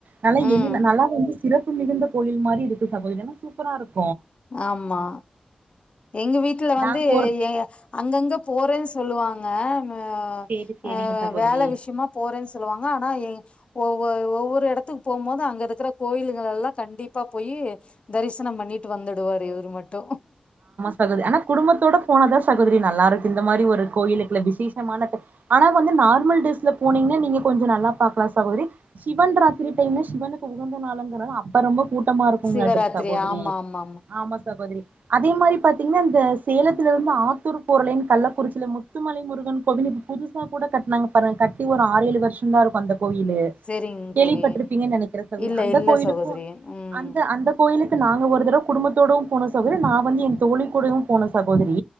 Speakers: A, on the right (about 80°); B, on the left (about 45°).
A: நல்லா
B: ம்
A: எழில நல்லா வந்து சிறப் மிகுந்த கோயில் மாரி இருக்கு சகோதரி ஏனா சூப்பரா இருக்
B: ஆமா எங்க வீட்ல வந்து
A: நாங்க போற
B: ஏ அங்கங்க போறேஸ் சொல்லுவாங்க மே ஆ
A: சேரி சேரிங்க
B: ஆ
A: சகோதரி
B: வேல விஷ்யமா போறேனு சொல்லுவாங்க ஆனா எ ஒவ்வொ ஒவ்வொரு எடத்துக்கு போவும்போது அங்க இருக்கிற கோயிலுகள எல்லா கண்டிப்பா போய் தரிசனம் பண்ணிட்டு வந்துடுவாரு இவரு மட்டு
A: சகோதிரி ஆனா குடும்பத்தோட போன அதா சகோதரி நல்லா இருக்கு இந்த மாரி ஒரு கோயிலுக்குள்ள விசேஷமான ட ஆனா வந்து நார்மல் டேஸ்ல போனீங்க நீங்க கொஞ்சோ நல்லா பாக்கலா சகோதிரி சிவன் ராத்திரி டைம்ல சிவனுக்கு உகந்த நாளுங்கறது அப்ப ரொம்ப கூட் ட்டமாருக்குங்ளாட்டுகு
B: சிவராத்திரி
A: சகோதரி
B: ஆமா ஆமா
A: ஆமா சகோதரி அதே மாரி பாத்தீங்கனா இந்த சேலத்துலருந்து ஆத்தூர் போற லைன் கள்ளக்குறிச்சியில முத்துமலை முருகன் கோவில்னு இப்ப புதுசா கூட கட்னாங்க பாருங்க கட்டி ஒரு ஆறு ஏழு வருஷ் தா இருக்கு அந்த கோயிலு
B: செரிங்
A: கேள்விப்பட்டிருப்பீங்கனு
B: தோழி
A: நெனக்கிறே சகோதிரி
B: இல்ல
A: அந்த
B: இல்ல
A: கோயிலுக்கு
B: சகோதரி ம்
A: அந்த அந்த கோயிலுக் கு நாங்க ஒரு தடவ குடும்பத்தோடவு போனோ சகோதிரி நா வந்து என் தோழி கூடவு போனே சகோதரி